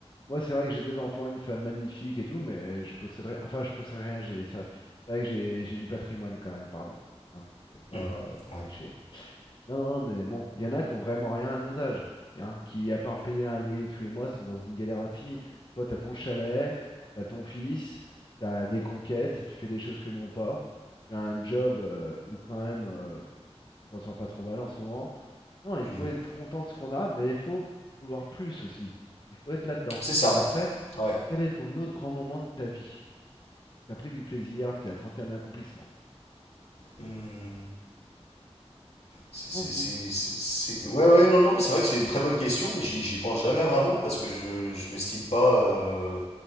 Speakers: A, on the left; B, on the left.
A: moi c'est vrai que j'ai deux enfants, une femme magnifique et tout, mais je posséderais, enfin je posséderais rien. j'ai- C'est vrai, c'est vrai que j'ai j'ai du patrimoine quand même, pardon. Hein, je vais pas
B: Hmm.
A: euh,
B: Ouais.
A: tricher. Non, non, mais bon, il y en a qui ont vraiment rien à nos âges, hein, qui, à part payer un loyer tous les mois, sont dans une galère infinie. Toi, t'as ton chalet, t'as ton fils, t'as des conquêtes, tu fais des choses que non pas, tu as un job euh, où quand même euh, tu t'en sors pas trop mal en ce moment. Non, il
B: Hmm.
A: faut être content de ce qu'on a, mais il faut vouloir plus aussi. Il faut être là-dedans.
B: C'est ça.
A: Après,
B: Ouais.
A: quel est ton autre grand moment de ta vie? T'as pris du plaisir, t'as senti un accomplissement.
B: Hmm. C'est,
A: Pense-y.
B: c'est- c'est- c'est- Ouais, ouais, non, non, c'est vrai que c'est une très bonne question, mais j'y j'y pense jamais vraiment parce que je, je m'estime pas. euh,